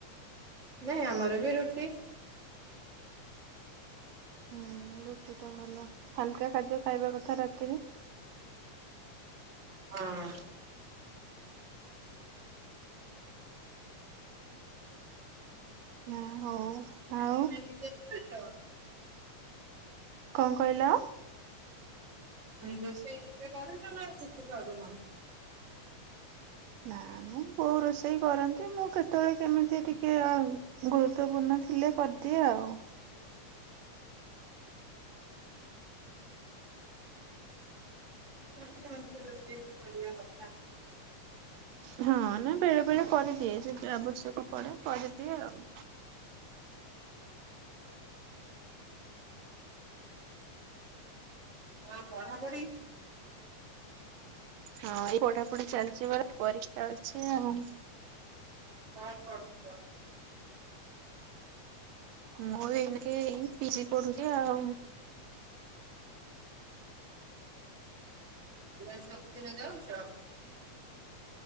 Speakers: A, on the right; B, on the right.
A: ନାଇଁ ଆମର ବି ରୁଟି।
B: ହୁଁ ରୁଟି ଟା ଭଲ ହାଲକା ଖାଦ୍ୟ ଖାଇବା କଥା ରାତିରେ।
A: ହଁ।
B: ହଁ ହଉ ଆଉ।
A: ତମେ ନିଜେ କରୁଛ
B: କଣ କହିଲ?
A: ରୋଷେଇ ଏବେ କରୁଚ ନା କରିନ।
B: ନା ମୁଁ କୋଉ ରୋଷେଇ କରନ୍ତି ମୁଁ କେତେବେଳେ କେମିତି ଟିକେ ଗୁରୁତ୍ୱପୂର୍ଣ୍ଣ ଥିଲେ କରିଦିଏ ଆଉ।
A: ମଝିରେ ମଝିରେ ରଷେଇ କରିବା କଥା।
B: ହଁ ନା ବେଳେ ବେଳେ କରିଦିଏ ଯତି ଆବଶ୍ୟକ ପଡେ କରିଦିଏ ଆଉ।
A: କ ପଢାପଢି।
B: ହଁ ଏ ପଢାପଢି ଚାଲି ସେବେ ପରୀକ୍ଷା ଅଛି ଆଉ।
A: କଣ ପଢୁଛ?
B: ମୁଁ ଏ ଏଇ ପିଜି ପଢୁଛି ଆଉ।
A: ତୁ ସବିଛିିନ ଯାଉଛ‌।